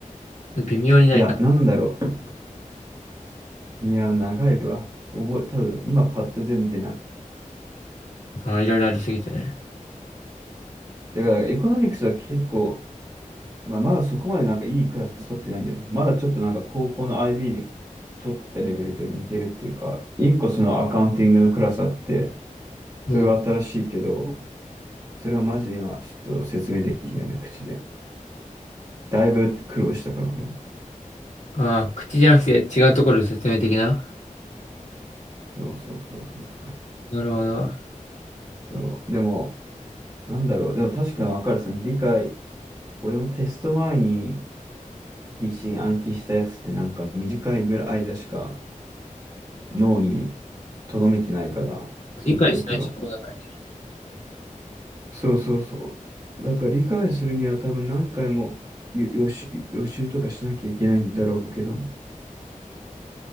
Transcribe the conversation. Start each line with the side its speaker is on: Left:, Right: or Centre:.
Left: 微妙にないか、
Right: いや、なんだろう。いや、長いわ。覚え、多分今パッと全部出ない。
Left: あ、いろいろありすぎてね。
Right: だから、エコノミクスは結構、まあ、まだそこまでなんかいいクラス取ってないんだよね。まだちょっとなんか高校の IB で取ってたレベルと似てるっていうか、一個そのアカウンティングのクラスあって、
Left: うん。
Right: それは新しいけど、それはマジで今ちょっと説明できないね、口で。だいぶ苦労したから、俺も。
Left: ああ、口じゃなくて違うところで説明的な。
Right: そうそうそうそうそう。
Left: なるほど。
Right: そう。でも、なんだろう。でも確かにわかる。その理解、俺もテスト前に、必死に暗記したやつってなんか短いぐらい間しか脳に留めてないから、その記憶が。
Left: 理解しない証拠だからね。
Right: そうそうそう。だから理解するには多分何回も予予習、予習とかしなきゃいけないんだろうけど、